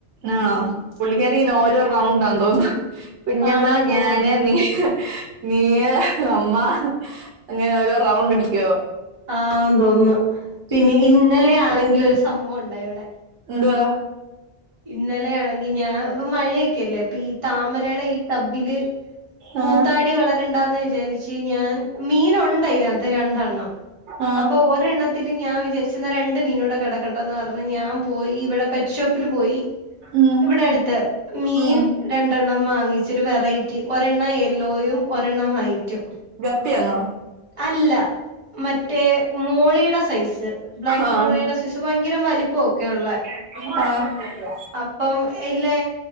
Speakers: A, on the right; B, on the right.
A: ആണോ പുള്ളിക്കാ രി നോരോ
B: ഉം
A: റൗണ്ടാന്ന് തോന്ന്ന്നു. കുഞ്ഞമ്മ,
B: ആണെന്ന്
A: ഞാന്,
B: തോന്നുന്നു
A: നീയ്യ് നീയ്യ് അമ്മ അങ്ങനെ ഓരോ റൗണ്ട് അടിക്കോ
B: ആ തോന്ന് ന്നു പിന്നെ ഇന്നലെയാ ണെങ്കിൽ ഒരു സംഭവം ഉണ്ടായിഇവിടെ
A: എന്തുവാ
B: ഇന്നലെയാണെങ്കി ഞാൻ ഇ മഴയൊക്കെല്ലേ പ്പൊ ഈ താമരടെ ഈ തബില് കൂത്താടി
A: ആഹ്
B: വളരണ്ടാ ന്ന് വിചാരിച്ച് ഞാൻ മീനുണ്ട് അ യ് നകത്ത് രണ്ടെണ്ണം.
A: ആഹ്
B: അപ്പൊ ഓ ഒരെണ്ണത്തിൽ ഞാൻ വിചാരിച്ച് ന്ന രണ്ട് മീനോടെ കിടക്കെട്ട എന്ന് പറഞ് ഞാൻ പോയി ഇവിടെ പക്ഷെ ത്തിൽ പോയി
A: ഉം
B: ഇവിടെ അടുത്ത് മീൻ
A: ഉം
B: രണ്ടെണ്ണം വാങ്ങിച്ചൊരു വെറൈറ്റി ഒരെണ്ണം യെല്ലോയും ഒരെണ്ണം വൈറ്റും
A: ഗപ്പിയാണോ
B: അല്ല. മറ്റേ മോളീടെ സൈസ് ബ്ലാക്ക്
A: ആഹ്
B: മോളീ ടെ സൈസ് ഭയങ്കരം വലിപ്പമൊക്കെള്ളെ
A: <unintelligible>
B: അപ്പം ഇല്ലെ